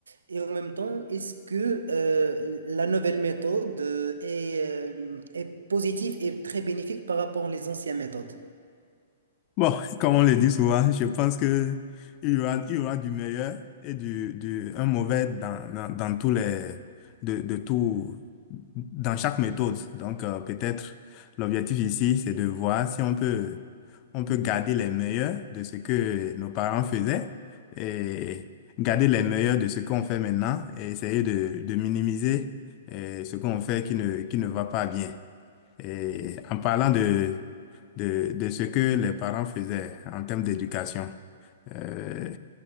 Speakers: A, on the right; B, on the left.
A: Et en même temps, est-ce que euh, la nouvelle méthode euh, est, euh, est positive et très bénéfique par rapport aux anciennes méthodes?
B: Bon, <laughs> comme on le dit souvent, je pense que il y aura, il y aura du meilleur et du, du un mauvais dans, dans, dans tous les de, de tout dans chaque méthode. Donc euh, peut-être l'objectif ici, c'est de voir si on peut on peut garder les meilleurs de ce que nos parents faisaient et garder les meilleurs de ce qu'on fait maintenant et essayer de, de minimiser euh, ce qu'on fait qui ne qui ne va pas bien. Et en parlant de, de, de ce que les parents faisaient en termes d'éducation, euh,